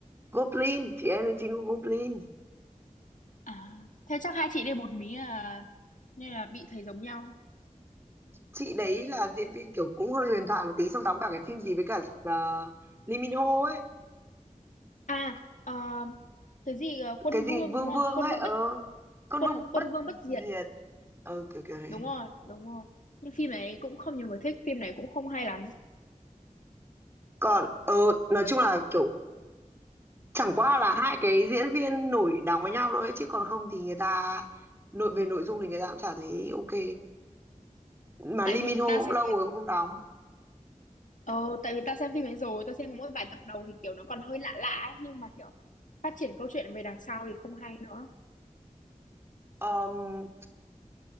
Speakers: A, on the right; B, on the left.
A: Goblin chị em nữ chính của Goblin
B: à thế chắc hai chị đây một mí à, nên là bị thấy giống nhau
A: chị đấy là diễn viên kiểu cũng hơi huyền thoại một tí xong đóng cả cái phim gì với cả uh, Lee Min Ho ấy
B: À, ờ, cái gì ờ, quân
A: cái gì
B: vương
A: Vương
B: đúng không?
A: Vương
B: Quân
A: ấy
B: vương
A: ờ
B: bất
A: con
B: quân
A: Vương
B: quân
A: bất
B: vương bất diệt.
A: diệt ờ kiểu kiểu đấy
B: Đúng rồi, đúng rồi. Nhưng phim này cũng không nhiều người thích, phim này cũng không hay lắm.
A: còn ờ nói chung là kiểu chẳng qua là hai cái diễn viên nổi đóng với nhau thôi chứ còn không thì người ta nội về nội dung thì người ta cũng chả thấy ok mà
B: Tại
A: Lee
B: vì
A: Min Ho
B: ta
A: cũng
B: xem
A: lâu
B: phim
A: rồi cũng không đóng
B: Ờ, tại vì ta xem phim ấy rồi, ta xem có mỗi vài tập đầu thì kiểu nó còn hơi lạ lạ ấy, nhưng mà kiểu phát triển câu chuyện về đằng sau thì không hay nữa.
A: Ờm,